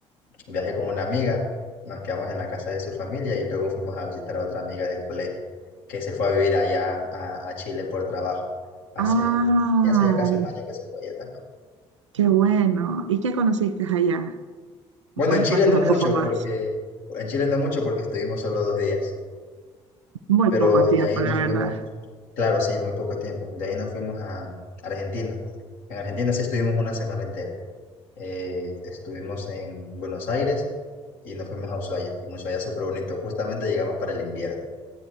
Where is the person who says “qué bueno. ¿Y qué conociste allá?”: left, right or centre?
Right